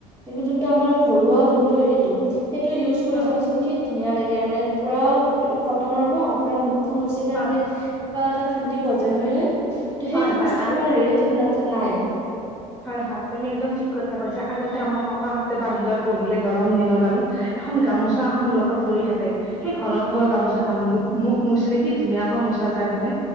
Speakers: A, on the right; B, in the centre.
A: কিন্তু যোনটো আমাৰ ঘৰুৱা যোনটো হেৰিটো সেইটো ইউজ কৰি
B: হয়
A: চাবাচোন কি ধুনীয়া লাগে মানে পুৰা ক কটনৰ ন পুৰা মুখখন মুচিলে
B: হয়
A: মানে কিবা এটা শান্তি পোৱা যায় হয়নে কিন্তু
B: হয়
A: সেইটো
B: হয়
A: বস্তু
B: আগতে
A: তোমাৰ ৰিটত না নাই
B: হয় হয় তুমি একদম ঠিক কথা কৈছা আগতে আমাৰ ককাহঁতে বাহিৰত বহিলে গৰম দিনত আৰু এখন গামোচা এখন লগত লৈ থাকে সেই ঘৰত
A: হয়
B: বোৱা
A: হয়
B: গামোচাখন মুখ মুখ মচিলে কি ধুনীয়াকৈ মোচা যায় হয়নে